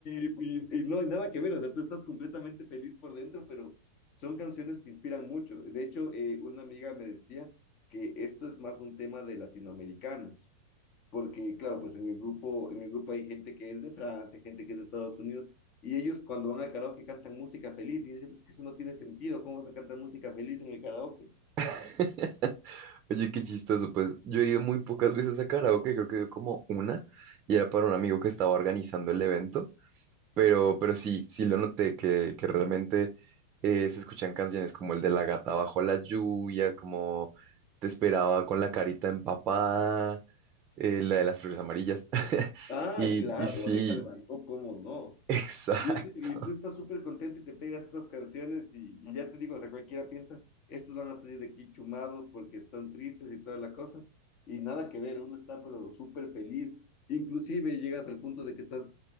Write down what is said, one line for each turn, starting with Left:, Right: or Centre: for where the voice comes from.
Left: y, y, y no hay nada que ver, o sea, tú estás completamente feliz por dentro, pero son canciones que inspiran mucho. De hecho, eh, una amiga me decía que esto es más un tema de latinoamericanos porque claro, pues en el grupo, en el grupo hay gente que es de Francia, gente que es de Estados Unidos, y ellos cuando van al karaoke cantan música feliz, y yo decía, pues que eso no tiene sentido, ¿cómo vas a cantar música feliz en el karaoke?
Right: <laughs> Oye, qué chistoso, pues yo he ido muy pocas veces a karaoke, creo que he ido como una, y era para un amigo que estaba organizando el evento, pero, pero sí, sí lo noté, que, que realmente eh, se escuchan canciones como el de La gata bajo la lluvia, como Te esperaba con la carita empapada, eh, la de las flores amarillas, <laughs>
Left: Ah,
Right: y,
Left: claro,
Right: y sí,
Left: Oreja de Van Gogh, ¿cómo no?
Right: exacto,
Left: Y, ya te- y tú estás súper contento y te pegas esas canciones y, y ya te digo, o sea, cualquiera piensa, estos van a salir de aquí chumados porque están tristes y toda la cosa, y nada que ver, uno está pero súper feliz, inclusive llegas al punto de que estás,